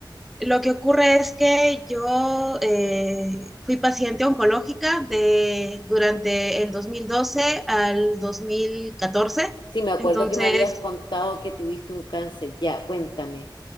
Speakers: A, in the centre; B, on the left.
A: lo que ocurre es que yo eh, fui paciente oncológica de, durante el 2012 al 2014.
B: Sí, me acuerdo
A: Entonces,
B: que me habías contado que tuviste un cáncer. Ya, cuéntame.